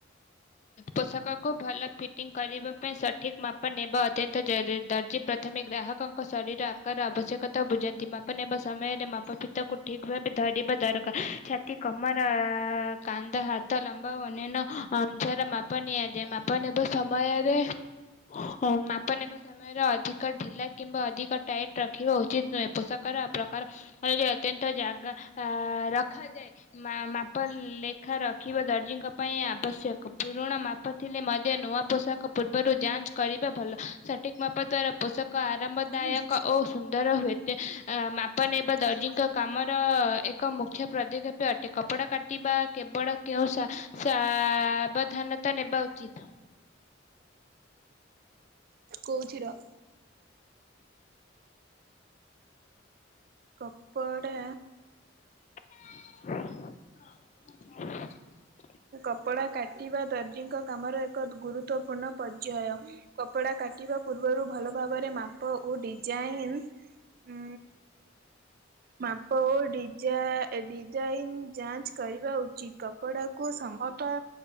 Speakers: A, on the left (about 35°); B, on the right (about 50°).
A: ପୋଷାକକୁ ଭଲ ଫିଟିଂ କରିବା ପାଇଁ ସଠିକ୍ ମାପ ନେବା ଅତ୍ୟନ୍ତ ଜଦ ଦର୍ଜି ପ୍ରଥମେ ଗ୍ରାହକଙ୍କ ଶରୀର ଆକାର ଆବଶ୍ୟକତା ବୁଝନ୍ତି ମାପ ନେବା ସମୟରେ ମାପ ଫି ତା କୁ ଠିକ୍ ଭାବରେ ଧରିବା ଦରକାର ଛାତି କମର କାନ୍ଦ ହା ତ ଲମ୍ବା ଓ ଆନ୍ୟନ ଜାର ମାପା ନିଆଯାଏ ମାପା ନବା ସମୟରେ ହଁ ମାପ ନେବା ସମୟରେ ଅଧିକ ଢିଲା କିମ୍ବା ଅଧିକ ଟାଇଟ୍ ରଖିବା ଉଚିତ ନୁହେଁ ପୋଷାକର ପ୍ରକାର ଯ ଅତ୍ୟନ୍ତ ଜାଗା ଅ ରଖାଯାଏ। ମା ମାପ ଲେଖା ରଖିବା ଦର୍ଜିଙ୍କ ପାଇଁ ଆବଶ୍ୟକ ପୁରୁଣା ମାପ ଥିଲେ ମଧ୍ୟ ନୂଆ ପୋଷାକ ପୂର୍ବରୁ ଯାଞ୍ଚ କରିବା ଭଲ ସଠିକ୍ ମାପା ଦ୍ଵାରା ପୋଷକ ଆରାମଦାୟକ
B: ଖୋଲ ଜୋରସେ,
A: ଓ ସୁନ୍ଦର ହୁଏତ ଅ ମା ପ ନେବା
B: ବନ୍ଦ
A: ଦର୍ଜିଙ୍କ
B: କର ବନ୍ଦ କର।
A: କାମର ଏକ ମୁଖ୍ୟ ପଦକ୍ଷେପ ଅଟେ କପଡ଼ା କାଟିବା କେବଳ କେଉଁ ସା ସାବଧାନତା ନେବା ଉଚିତ୍
B: କୋଉଚି ର। କପଡ଼ା
A: <inaudible>
B: କପଡ଼ା କାଟିବା ଦର୍ଜିଙ୍କ କାମର ଏକ ଗୁରୁତ୍ତ୍ୱପୂର୍ଣ୍ଣ ପର୍ଯୟ। କପଡ଼ା କାଟିବା ପୂର୍ବରୁ ଭଲ ଭାବରେ ମାପ ଓ ଡିଜାଇନ୍ ଉ ମାପ ଓ ଡିଜାଇନ୍ ଯାଞ୍ଚ କରିବା ଉଚିତ୍। କପଡ଼ା କୁ ସମତା